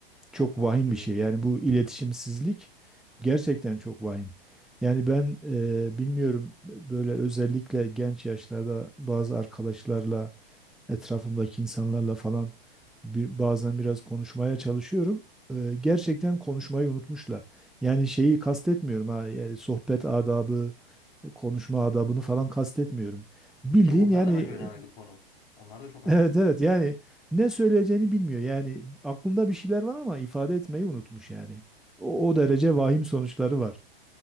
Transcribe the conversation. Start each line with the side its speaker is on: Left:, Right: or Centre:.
Left: çok
Centre: Çok
Left: korkutucu.
Centre: vahim bir şey. Yani bu iletişimsizlik gerçekten çok vahim. Yani ben e, bilmiyorum böyle özellikle genç yaşlarda bazı arkadaşlarla etrafımdaki insanlarla falan bir, bazen biraz konuşmaya çalışıyorum. Ee, gerçekten konuşmayı unutmuşlar. Yani şeyi kastetmiyorum ha, yani sohbet adabı, e, konuşma adabını falan kastetmiyorum. Bildiğin
Left: Ki onlar
Centre: yani
Left: da bence
Centre: e,
Left: önemli bir konu. Onlar da çok
Centre: <laughs>
Left: önemli.
Centre: evet evet yani ne söyleyeceğini bilmiyor. Yani aklında bir şeyler var ama ifade etmeyi unutmuş yani. O, o derece vahim sonuçları var.